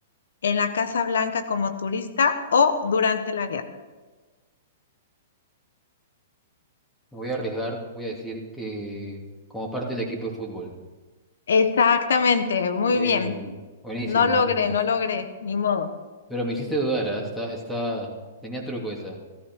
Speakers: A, on the left; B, in the centre.
A: en la Casa Blanca como turista o durante la guerra.
B: Me voy a arriesgar, voy a decir que como parte del equipo de fútbol.
A: Exactamente, muy
B: De...
A: bien.
B: Buenísimo,
A: No logré,
B: buenísimo.
A: no logré, ni modo.
B: Pero me hiciste dudar, ¿ah? Está, está... Tenía truco esa.